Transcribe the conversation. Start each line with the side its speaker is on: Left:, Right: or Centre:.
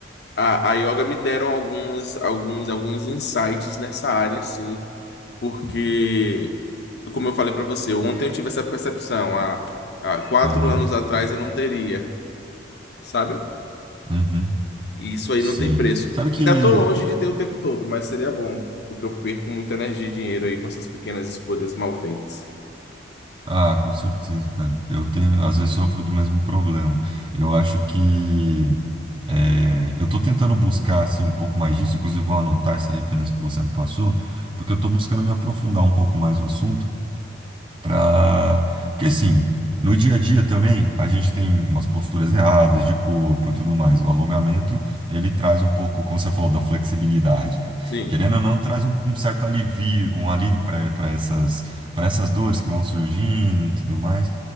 Left: a, a yoga me deram algumas, alguns, alguns insights nessa área, assim, porque, como eu falei para você, ontem eu tive essa percepção, há, há quatro
Right: Aham,
Left: anos atrás eu não teria, sabe?
Right: uhum,
Left: E isso aí
Right: sim.
Left: não tem preço.
Right: Sabe que.
Left: Ainda estou longe de ter o tempo todo, mas seria bom, porque eu perco muita energia e dinheiro aí com essas pequenas escolhas mal feitas.
Right: Ah, com certeza, cara. Eu tenho, às vezes, sofro do mesmo problema. Eu acho que. é, eu tô tentando buscar, assim, um pouco mais disso. Inclusive, vou anotar essa referência que você me passou, porque eu tô buscando me aprofundar um pouco mais no assunto. Pra... Porque assim, no dia a dia também a gente tem umas posturas erradas de corpo e tudo mais. O alongamento, ele traz um pouco, como você falou, da flexibilidade, né?
Left: Sim.
Right: Querendo ou não, traz um, um certo alivio, um alívio para para essas, para essas dores que vão surgindo e tudo mais.